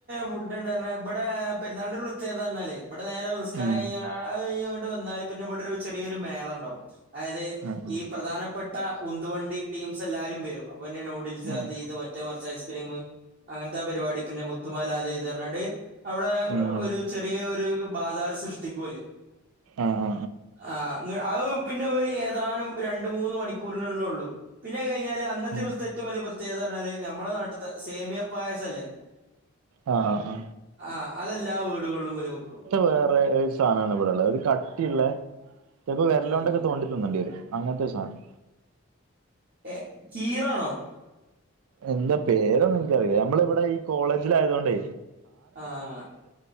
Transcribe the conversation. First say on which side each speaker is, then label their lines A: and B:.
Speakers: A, on the right; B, on the right.
A: ഫുഡ്ണ്ട്ർഞ്ഞാ ഇപടെ പെരുന്നാളിൻ്റൊരു പ്രെത്യേനർറഞ്ഞാല്. ഇവിടെ നേരെ നിസ്കാരം
B: ഉം
A: കഴിഞ്ഞ് അതയ്ഞ് വന്നാല് പിന്നെ ഇവിട ഒരു ചെറിയൊരു മേളണ്ടാവും. ആയത്
B: ഉം
A: ഈ പ്രധാനപ്പെട്ട ഉത്നു വണ്ടി ടീംസ് എല്ലാരും വരും അപ്പൊന്നെ ന്യൂഡിൽസ്
B: ഉം
A: അത് ഇത് മറ്റേ മർച്ച് ഐസ്ക്രീം. അങ്ങൻത്തെ ആ പരിപാടി പിന്നെ മുത്തുമാലാ അത് ഇത് നർഞ്ഞാണ്ട് അവിടെ
B: ഉം ഉം ഉം
A: ഒരു ചെറിയ ഒരു. ബാധാർ സൃഷ്ടിക്കോല്.
B: ആഹ്ആഹ്
A: ആഹ് അത് പിന്നെ ഒരു ഏതാനും രണ്ട് മൂന്ന് മണിക്കൂറിന്ള്ളാ ഒള്ളു. പിന്നെഅത് കഴിഞ്ഞാല് അന്നത്തെ
B: ഉം
A: ദിവസത്തെ ഏറ്റവും വലിയ പ്രത്യേകതന്നർ ഞ്ഞാല് നമ്മുടെ നാട്ട്ത്തെ സേമിയ പായസം ല്ലേ.
B: ആ ആ ആ
A: ആഹ് അതെല്ലാ വീടുകളിലും ഇവര് വെക്കും.
B: വേറെരു സാനാണ് ഇവിടെള്ള്. ഒരു കട്ടിള്ള ചെൽപ്പോ വെര്ലോണ്ടൊക്കെ
A: ഉം
B: തോണ്ടി തി ന്നണ്ടി വരും അങ്ങനത്തെ ഒരു സാനം
A: ഏഹ് കീറാണോ
B: എന്താ പേരും ഇൻക്കറയില്ല നമ്മളിവിടെ ഈ കോളേജില ആയതു കൊണ്ടേ
A: ആഹ്